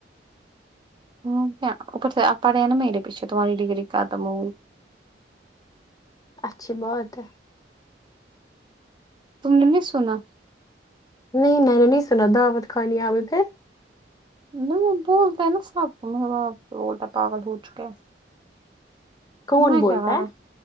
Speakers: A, on the right; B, on the left.
A: ہمم کیا اوپر سے پڑے ہیں نہ میرے پیچھے تمہاری ڈگری ختم ہو
B: اچھی بات ہے
A: تم نے نہیں سنا
B: نہیں میں نے نہیں سنا دعوت خانی آیا تھے
A: وہ بولتا ہے نا سب کو آپ سے بولتا ہے پاگل ہو چکے ہے
B: کون
A: میں
B: بولتا
A: کیا کروں
B: ہے